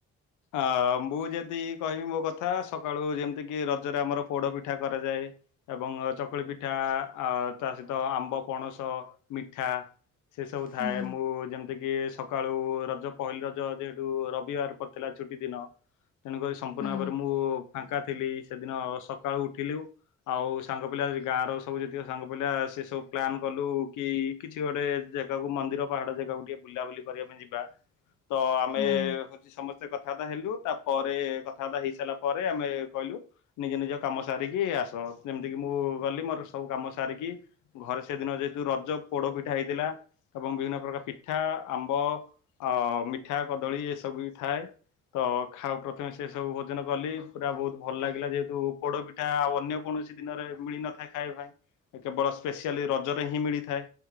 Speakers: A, on the left; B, on the left.
A: ଅ ମୁଁ ଯଦି କହିବି ମୋ କଥା ସକାଳୁ ଯେମିତି କିି ରଜରେ ଆମର ପୋଡ ପିଠା କରାଯାଏ। ଏବଂ ଚକୁଳି ପିଠା ଆ ତା ସହିତ ଆମ୍ବ ପଣସ ମିଠା ସେ ସବୁ ଥାଏ
B: ହୁଁ
A: ମୁଁ ଯେମିତିକି ସକାଳୁ ରଜ ପହିଲି ରଜ ଯେହେତୁ ରବିବାର ଥିଲା ଛୁଟି ଦିନ। ତେଣୁକରି ସମ୍ପୂର୍ଣ୍ଣ
B: ହୁଁ
A: ଭାବରେ ମୁଁ ଫାଙ୍କା ଥିଲି ସେଦିନ ସକାଳୁ ଉଠିଲିଉ। ଆଉ ସାଙ୍ଗ ପିଲା ଗାଁର ସବୁ ଯେତିକି ସାଙ୍ଗ ପିଲା ସେ ସବୁ ପ୍ଲାନ୍ କଲୁ କି କିଛି ଗୋଟେ ଜାଗାକୁ ମନ୍ଦିର ପାହାଡ ଜାଗାକୁ ଟିକେ ବୁଲାବୁଲି କରିବା ପାଇଁ ଯିବା। ତ ଆମେ
B: ହୁଁ।
A: ହଉଛି ସମସ୍ତେ ସେ କଥାବାର୍ତ୍ତା ହେଲୁ ତା ପରେ କଥାବାର୍ତ୍ତା ହେଇ ସାରିଲା ପରେ ଆମେ କହିଲୁ ନିଜ ନିଜ କାମ ସାରିକି ଆସ ଯେମିତିକି ମୁଁ ଗଲି ମୋର ସବୁ କାମ ସାରିକି ଘରେ ସେଦିନ ଯେହେତୁ ରଜ ପୋଡ ପିଠା ହେଇଥିଲା। ଏବଂ ବିଭିନ୍ନ ପ୍ରକାର ପିଠା ଆମ୍ବ ଅ ମିଠା କଦଳୀ ଏସବୁ ବି ଥାଏ। ତ ଖାଉ ପ୍ରଥମେ ସେ ସବୁ ଭୋଜନ କଲି ପୁରା ବହୁତ ଭଲ ଲାଗିଲା ଯେହେତୁ ଉ ପୋଡ଼ ପି ଠା ଅନ୍ୟ କୌଣସି ଦିନରେ ମିଳି ନଥାଏ ଖାଇବା ପାଇଁ କେବଳ ସ୍ପେଶଆଲି ରଜରେ ହିଁ ମିଳିଥାଏ